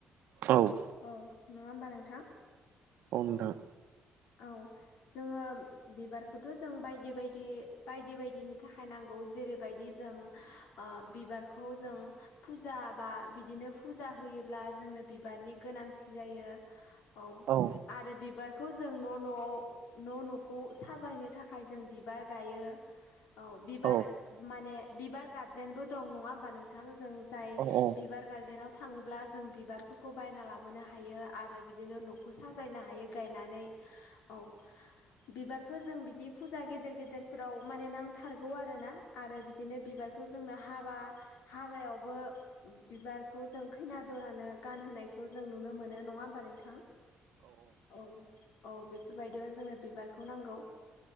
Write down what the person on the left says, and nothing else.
औ नङा होमबा नोंथां।
औ जोङो बिबारखौथ' जों बायदि बायदि बायदि बायदिनि थाखाय नांगौ जेरैबायदि जों ओ बिबारखौ जों फुजा बा बिदिनो फुजा होयोब्ला जोंनो बिबारनि गोनां जायो औ
आरो बिबारखौ जों न' न'आव न' न'खौ साजायनो थाखाय जों बिबार गायो। औ बिबार
माने बिबार गार्देनबो दं नङा होमबा नोंथ थां जों जाय
बिबार गार्डेनाव थाङोब्ला जों बिबारफोरखौ बायना लाबोनो हायो आरो बिदिनो न'खौ साजायनो हायो गायनानै। औ बिबारखौ जों बिदि फुजा गेदेर गेदेरफोराव माने नांथारगौ आरोना। आरो बिदिनो बिबारखौ जोंनो हाबा हाबायावबो बिबारखौ जों खैना दरानो गानहोनायखौ जों नुनो मोनो। नङा होमबा नोंथां? <inaudible> औ औ बेफोरबायदियाव जोंनो बिबारखौ नांगौ।